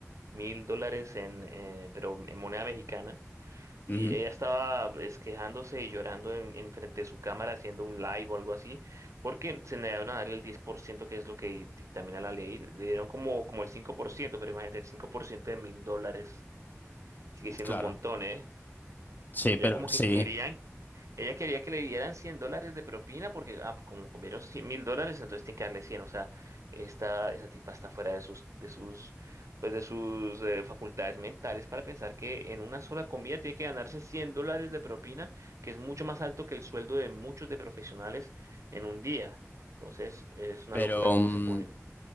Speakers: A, on the right; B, on the left.
A: mil dólares en, eh, pero en moneda mexicana. Y
B: Ujú,
A: ella estaba es, quejándose y llorando en, en frente de su cámara haciendo un live o algo así, porque se negaron a darle el 10% que es lo que dictamina la ley. Le dieron como, como el cinco por ciento pero imagínate, el 5% de mil dólares sigue siendo
B: claro.
A: un montón, ¿eh?
B: Sí,
A: Ella
B: pero,
A: como
B: sí,
A: que querían ella quería que le dieran 100 dólares de propina porque, ah, pues, como comieron 100 mil dólares, entonces tiene que darle cien O sea, esta, esa tipa está fuera de sus, de sus, pues, de sus eh, facultades mentales para pensar que en una sola comida tiene que ganarse 100 dólares de propina, que es mucho más alto que el sueldo de muchos de profesionales en un día. Entonces, es una
B: pero,
A: locura cómo
B: mm,
A: se ponen.